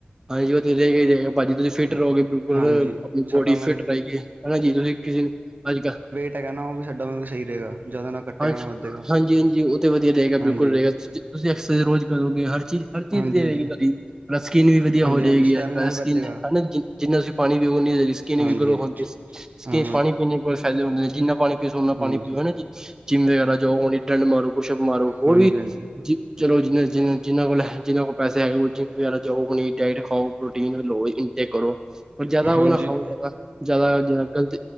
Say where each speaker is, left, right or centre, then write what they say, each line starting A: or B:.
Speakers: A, on the right (about 15°); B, on the right (about 55°).
A: ਹਾਂਜੀ ਉਹ ਤੇ ਰਹੇਗਾ ਹੀ ਰਹੇਗਾ ਭਾਜੀ ਤੁਸੀਂ ਫਿਟ ਰਹੋਗੇ ਬਿਲਕੁਲ
B: ਹਾਂਜੀ
A: ਆਪਣੀ
B: ਸਾਡਾ
A: ਬੋਡੀ
B: ਮਤਲਬ
A: ਫਿਟ
B: ਕਿ
A: ਰਹੇਗੀ ਹਨਾ ਜੀ ਤੁਸੀਂ ਕਿਸੇ ਅੱਜ ਕੱਲ
B: ਤਾਂ ਹੈਗਾ ਨਾ ਉਹ ਵੀ ਸਾਡਾ ਮਤਲਬ ਸਹੀ ਰਹੇਗਾ ਜਦੋਂ ਨਾ ਘੱਟੇਗਾ
A: ਹਾਂਜੀ
B: ਨਾ ਵੱਧੇਗਾ
A: ਹਾਂਜੀ ਹਾਂਜੀ ਉਹ ਤਾਂ ਵਧੀਆ ਰਹੇਗਾ
B: ਹਾਂਜੀ,
A: ਬਿਲਕੁਲ ਰਹੇਗਾ ਤੁਸੀਂ ਐਕਸਰਸਾਈਜ਼ ਰੋਜ਼ ਕਰੋਗੇ ਹਰ ਚੀਜ਼ ਹਰ ਹਰ ਚੀਜ਼
B: ਹਾਂਜੀ,
A: ਵਧੀਆ
B: ਹਾਂਜੀ, ਹਾਂਜੀ,
A: ਰਹੇਗੀ ਤੁਹਾਡੀ ਪਲੱਸ ਸਕਿੰਨ ਵੀ ਵਧੀਆ ਹੋ ਜਾਏਗੀ
B: ਹਾਂਜੀ ਸਟੈਮੀਨਾ
A: ਅੱਜ ਕੱਲ੍ਹ ਸਕਿਨ
B: ਵੀ ਵੱਧੇਗਾ
A: ਹਨਾ ਜਿੰਨਾ ਤੁਸੀਂ ਪਾਣੀ ਪੀਓ ਓਨੀ ਸਕਿੰਨ
B: ਹਾਂਜੀ
A: ਵੀ ਗਰੋ ਹੁੰਦੀ ਸਕਿਨ
B: ਹਾਂਜੀ
A: ਪਾਣੀ ਪੀਣ ਈ ਫਾਇਦੇ ਹੁੰਦੇ ਨੇ ਜਿੰਨਾ ਪਾਣੀ ਪੀਓ ਉਨਾ ਪਾਣੀ
B: ਹਾਂਜੀ
A: ਪੀਓ ਹਨਾਂ ਜੀ ਜਿੰਮ ਵਗੈਰਾ ਜਾਓ ਉਹ ਡੰਡ ਮਾਰੋ ਪੁਸ਼ਪ ਮਾਰੋ ਹੋਰ
B: ਹਾਂਜੀ
A: ਵੀ
B: ਹਾਂਜੀ
A: ਜੀ ਚਲੋ ਜ ਜਿਨ੍ਹਾਂ ਜਿਨਾ ਜਿਨਾ ਕੋਲ ਜਿਨਾਂ ਕੋਲ ਪੈੇਸੇ ਹੈਗੇ ਜਿੰਮ ਵਗੈਰਾ ਜਾਓ ਆਪਣੀ ਡਾਇਟ ਖਾਓ ਪ੍ਰੋਟੀਨ ਲਓ ਇਨ ਟੇਕ ਕਰੋ ਪਰ ਜ਼ਿਆਦਾ ਉਹ
B: ਹਾਂਜੀ
A: ਨਾ ਖਾਓ ਜ਼ਿਆਦਾ, ਜ਼ਿਆਦਾ ਜਿਦਾ ਗਲਤ